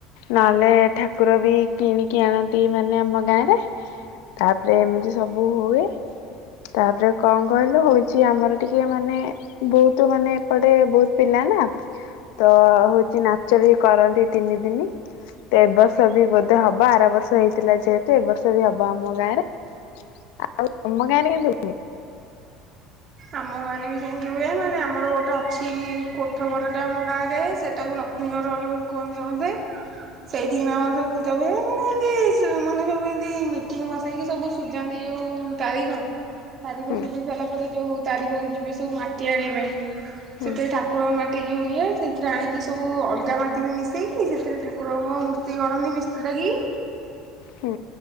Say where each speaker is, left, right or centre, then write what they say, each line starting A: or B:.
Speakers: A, on the left (about 75°); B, on the right (about 30°).
A: ନହେଲେ ଠାକୁର ବି କିଣିକି ଆଣନ୍ତି ମାନେ ଆମ ଗାଁ ରେ ତାପରେ ଏମିତି ସବୁ ହୁଏ ତାପରେ କଣ କହିଲୁ ହଉଛି ଆମର ଟିକେ ମାନେ ବହୁତୁ ମାନେ ଏପଟେ ବହୁତ ପିଲା ନା ତ ହଉଛି ନାଚ ବି କରନ୍ତି ତିନି ଦିନି ତ ଏ ବର୍ଷ ବି ବୋଧେ ହବ ଆର ବର୍ଷ ହେଇଥିଲା ଯେହେତୁ ଏବ ବର୍ଷ ବି ହବ ଆମ ଗାଁରେ ଆଉ ତମ ଗାଁରେ କେନ୍ତି ହୁଏ?
B: ଆମ ଗାଁରେ ବି ସେମିତି ହୁଏ ମାନେ ଆମର ଗୋଟେ ଅଛି କୋଠ ଘରଟା ଆମ ଗାଁରେ ସେଇଟାକୁ ଲକ୍ଷ୍ମୀ ଘର ବୋଲି ବୋଲି କୁହନ୍ତି ସମସ୍ତେ ସେଇିଠି କିନା ଆମ ସବୁ ପୂ ଜମିଦାର ମାନେ ଏମତି ସ ମାନେ ସବୁ ଏମତି ମିଟିଙ୍ଗ ବସେଇକି ସବୁ ସୁଝାନ୍ତି ଯୋଉ ତାରିଖ ତାରିଖ
A: ହୁଁ
B: ସୁଝେଇ ସାରିଲା ପରେ ଯୋଉ ତାରିଖରେ ଯିବେ ସବୁ ମାଟି ଆଣିବା ପାଇଁ
A: ହୁଁ
B: ସେଥିରେ ଠାକୁରଙ୍କ ମା ଏ ଯୋଉ ଇଏ ସେଥିରେ ଆଣିକି ସବୁ ଅଲଗା ମାଟି ବି ମିଶେଇକି ସେଥିରେ ଠାକୁରଙ୍କ ମୂର୍ତ୍ତି ଗଢ଼ନ୍ତି ମିସ୍ତ୍ରୀ ଡାକିକି
A: ହୁଁ